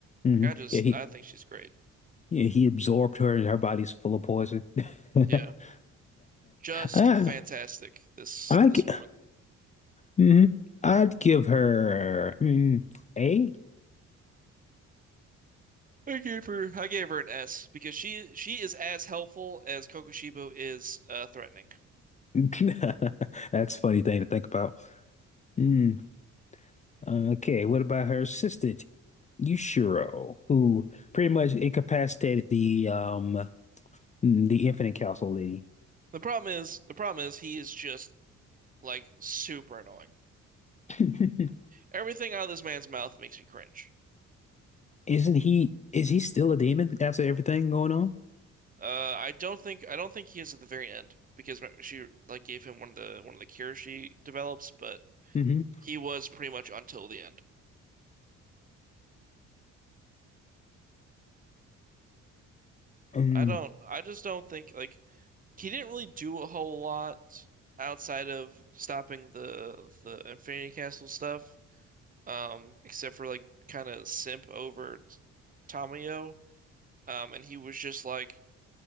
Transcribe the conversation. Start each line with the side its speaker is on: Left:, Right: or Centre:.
Left: hmm
Right: Like I just
Left: Yeah, he
Right: I think she's great.
Left: yeah, he absorbed her and her body's full of poison. <laughs>
Right: Yeah. Just
Left: Ah,
Right: fantastic. This
Left: I'd
Right: this
Left: gi-
Right: woman.
Left: mhm. I'd give her mm, A.
Right: I gave her I gave her an S because she she is as helpful as Kokushibo is uh, threatening.
Left: <laughs> That's a funny thing to think about. Mm, okay, what about her assistant, Yushiro, who pretty much incapacitated the um the Infinite Council lady?
Right: The problem is the problem is he is just like super annoying.
Left: <laughs>
Right: Everything out of this man's mouth makes me cringe.
Left: Isn't he is he still a demon after everything going on?
Right: Uh, I don't think I don't think he is at the very end because she like gave him one of the one of the cures she develops, but
Left: Mm-hmm.
Right: he was pretty much until the end.
Left: Um,
Right: I don't I just don't think like he didn't really do a whole lot outside of stopping the the Infinity Castle stuff, um, except for like kind of simp over t- Tamayo. Um, and he was just like